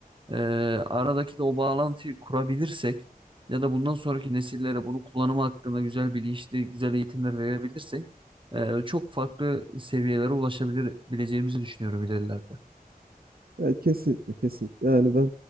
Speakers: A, on the right (about 35°); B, on the right (about 75°).
A: E, aradaki de o bağlantıyı kurabilirsek ya da bundan sonraki nesillere bunu kullanımı hakkında güzel bilinçli, güzel eğitimler verebilirsek e, çok farklı seviyelere ulaşabileceğimizi düşünüyorum ilerilerde.
B: Ya kesinlikle kesinlikle. Yani ben